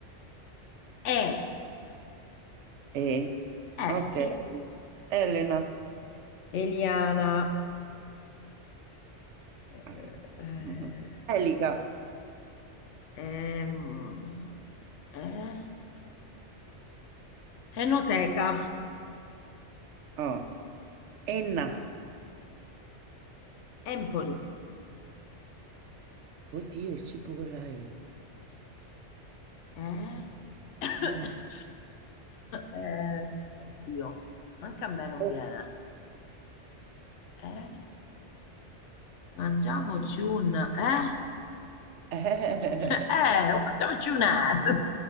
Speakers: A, on the left; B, on the right.
A: Eh,
B: E,
A: eh,
B: ok.
A: sì.
B: Elena.
A: Eliana. Eh,
B: <laughs> Elica.
A: ehm, eh, Enoteca.
B: Oh. Enna.
A: Empoli.
B: Oddio, il cibo con la E.
A: Eh? <coughs>
B: Eh,
A: Eh, oddio, anche a me non
B: oh,
A: viene. Eh? Mangiamoci un... Eh?
B: eh,
A: <laughs> Eh,
B: eh.
A: mangiamoci un... eh,